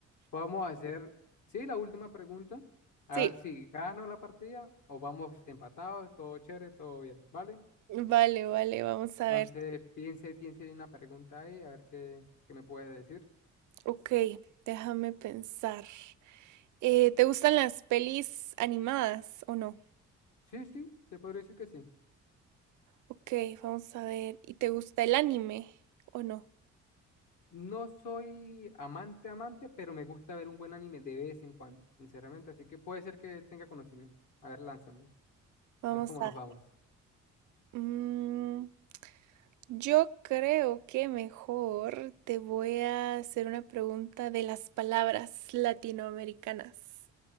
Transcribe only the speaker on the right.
Sí.
Vale, vale, vamos
a ver.
Ok, déjame pensar. Eh, ¿te gustan las pelis animadas o no?
Ok, vamos a ver. ¿Y te gusta el anime o no?
Vamos
a...
mm, Yo creo que mejor te voy a hacer una pregunta de las palabras latinoamericanas.